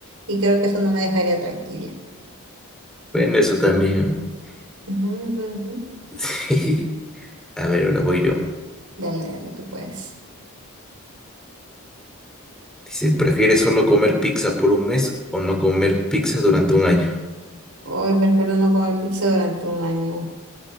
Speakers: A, on the right; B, in the centre.
A: Y creo que eso no me dejaría tranquila.
B: Bueno, eso también. <laughs>
A: Ujú, ujú, ujú.
B: Sí. A ver, ahora voy yo.
A: Dale, dale, tú puedes.
B: Dice, ¿prefieres solo comer pizza por un mes o no comer pizza durante un año?
A: Hoy prefiero no comer pizza durante un año.